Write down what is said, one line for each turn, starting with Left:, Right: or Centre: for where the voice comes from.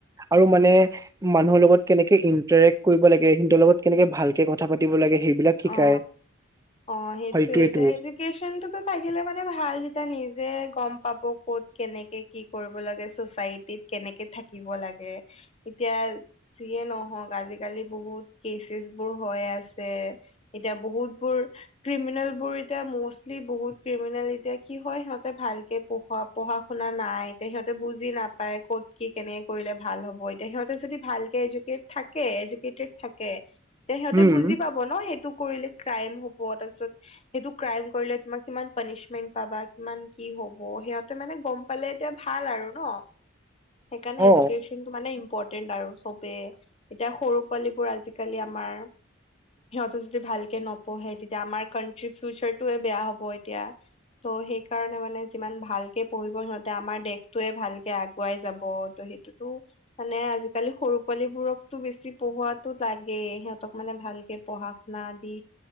Right: আৰু মানে এহ্ মানুহৰ লগত কেনেকে ইন্টাৰেক্ কৰিব লাগে সিহঁতৰ লগত কেনেকে ভালকে কথা পাতিব লাগে সেইবিলাক
Left: চুচ
Right: শিকায়
Left: অ অ অ, অ অ সেইটো
Right: সেইটোৱেটো
Left: এতিয়া এডুকেশনটো থাক কিলে মানে ভাল যেতিয়া নিজে গম পাব ক'ত কেনেকে কি কৰিব লাগে চচাইটিত কেনে কেনেকে থাকিব লাগে ইহ্ এতিয়া যিয়ে নহওক আজিকালি বহুত কেছেছ বোৰ ভয় আছে। এতিয়া বহুত বোৰ ক্ৰিমিনেল বোৰ এতিয়া মষ্টলি বহুত ক্ৰিমিনেল এতিয়া কি হয় সিহঁতে ভালকে পঢ়োৱা পঢ়া শুনা নাই এতিয়া সিহঁতে বুজি নাপায় ক'ত কি কেনেকে কৰি ভাল হব এতিয়া সিহঁতে যদি ভালকে এডুকেট থাকে এডুকেটেট থাকে ইহ যে সিহঁতে
Right: উম
Left: বুজি পাব ন সেইট সেইটো কৰিলে ক্ৰাইম হব তাৰপিছত সেইটো ক্ৰাইম কৰিলে তোমাক কিমান পানিচমেন্ট পাবা কিমান খি কি হ'ব? সিহঁতে মানে গম পালে এতিয়া ভাল আৰু ন! সেইকাৰণে
Right: অ
Left: এডুকেশনটো মানে ইম ইম্পৰটেন্ট আৰু চবেই এতিয়া সৰু পোৱালিবোৰ আজিকালি আমাৰ সিহঁতে ভালকে নপঢ়ে তেতিয়া আমাৰ ক্ৰাণ্ট্ৰিৰ ফিউচাৰটোয়ে বেয়া হ'ব এতিয়া। ত' সেইকাৰণে মানে যিমান ভালকে পঢ়িব সিহতে আমাৰ দেশতোৱে ভালকে আগুৱাই যাব ত সেইটোতো মানে আজিকালি সৰু পোৱালিবোৰকতো বেছি পঢ়োৱাতো লাগেই সিহঁতক মানে ভাল ভালকে পঢ়া। দি